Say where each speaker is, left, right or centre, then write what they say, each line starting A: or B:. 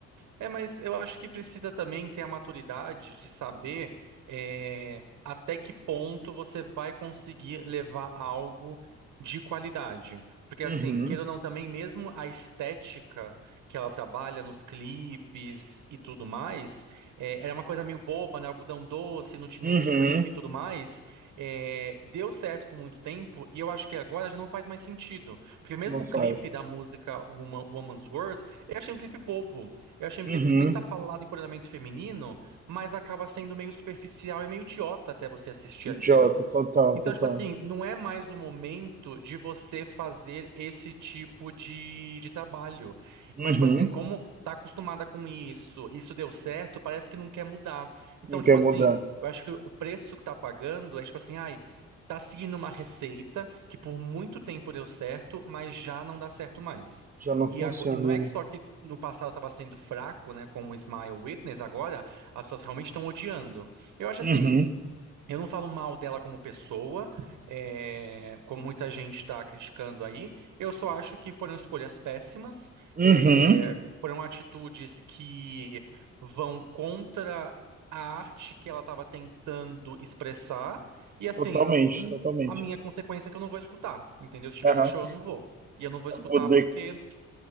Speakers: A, on the right; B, on the right.
A: É, mas eu acho que precisa também ter a maturidade de saber é, até que ponto você vai conseguir levar algo de qualidade. Porque,
B: Uhum,
A: assim, queira ou não, também, mesmo a estética que ela trabalha nos clipes e tudo mais, é, era uma coisa meio boba, né? Algodão doce, no Teenage
B: uhum,
A: Dream e tudo mais, é, deu certo por muito tempo e eu acho que agora já não faz mais sentido. Porque mesmo
B: não
A: o
B: faz.
A: clipe da música Woman- Woman's World, eu achei um clipe bobo. Eu achei um
B: Uhum,
A: clipe que tenta falar do empoderamento feminino, mas acaba sendo meio superficial e meio idiota até você assistir aquilo.
B: Jota, total,
A: Então,
B: total.
A: tipo assim, não é mais o momento de você fazer esse tipo de, de trabalho.
B: Uhum,
A: Mas, tipo assim, como tá acostumada com isso, isso deu certo, parece que não quer mudar. Então,
B: não quer
A: tipo
B: mudar.
A: assim, eu acho que o preço que tá pagando é, tipo assim, ai, tá seguindo uma receita que por muito tempo deu certo, mas já não dá certo mais.
B: Já não
A: E,
B: funciona.
A: ago- e não é que só que no passado estava sendo fraco, né, com o Smile Witness, agora as pessoas realmente estão odiando. Eu acho
B: Uhum,
A: assim. Eu não falo mal dela como pessoa, é, como muita gente está criticando aí. Eu só acho que foram escolhas péssimas,
B: uhum,
A: é, foram atitudes que vão contra a arte que ela estava tentando expressar. E assim,
B: totalmente,
A: n-
B: totalmente.
A: o- a minha consequência é que eu não vou escutar, entendeu? Se tiver
B: Aham.
A: um show, eu não vou. E eu não vou
B: Pra
A: escutar
B: poder
A: porque